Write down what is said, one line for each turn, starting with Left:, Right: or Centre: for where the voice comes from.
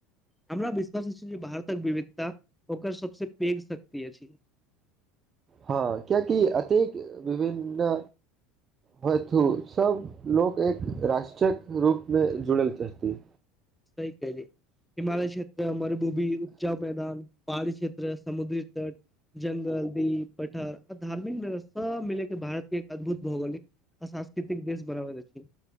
Centre: हमरा विश्वास छी जे भारतक विविधता ओकर सभसे पैघ शक्ति अछि <inaudible>
Right: हँ कियाकि एतेक विभिन्न भयथु सब लोक एक राष्ट्रीयक रूप मे जुड़ल रहथि
Centre: सहि कयली हिमालय क्षेत्र मरुभूमी उपजाउ मैदान पहाड़ी क्षेत्र समुद्री तट जंगल दीप पठार आ धार्मिक नगर सब मिले के भारत के एक अद्भुत भौगोलिक आ सास् कृतिक देश बनाबैत अछि